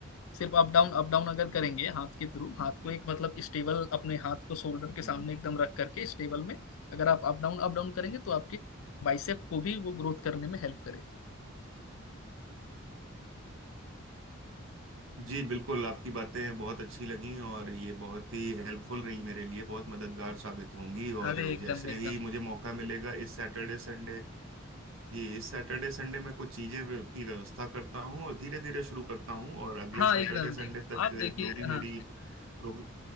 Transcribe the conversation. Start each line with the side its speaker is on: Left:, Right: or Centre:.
Left: सिर्फ अप डाउन अप डाउन अगर
Right: हम्म
Left: करेंगे हाथ के थ्रू
Right: हम्म
Left: हाथ
Right: हम्म,
Left: को एक मतलब स्टेबल अपने हाथ को शोल्डर के
Right: हम्म।
Left: सामने
Right: हम्म।
Left: एकदम रख करके स्टेबल में अगर आप अप डाउन अप डाउन करेंगे तो आपके बाइसेप को भी वो ग्रोथ करने में हेल्प करेगा
Right: जी बिल्कुल आपकी बातें बहुत अच्छी लगीं और ये बहुत ही हेल्पफुल रही मेरे लिए बहुत मददगार साबित होंगी और
Left: अरे एकदम
Right: जैसे
Left: एकदम
Right: ही मुझे मौका मिलेगा इस सैटरडे संडे जी इस सैटरडे संडे मैं कुछ चीज़ें व्य- की व्यवस्था करता हूँ और धीरे धीरे शुरू करता हूँ और अगले
Left: हाँ
Right: सैटरडे
Left: एकदम
Right: संडे
Left: एकदम
Right: तक
Left: आप देखिए
Right: जो भी मेरी
Left: हाँ
Right: प्रोग,